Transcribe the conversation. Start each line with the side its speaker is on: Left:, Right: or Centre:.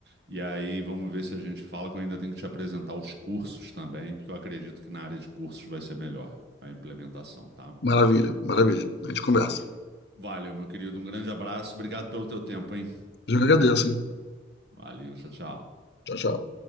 Right: e aí vamos ver se a gente fala que eu ainda tenho que te apresentar os cursos também, porque eu acredito que na área de cursos vai ser melhor a implementação, tá?
Left: Maravilha, maravilha. A gente conversa.
Right: Valeu, meu querido, um grande abraço, obrigado pelo teu tempo, hein?
Left: Eu que agradeço, hein?
Right: Valeu, tchau, tchau.
Left: Tchau, tchau.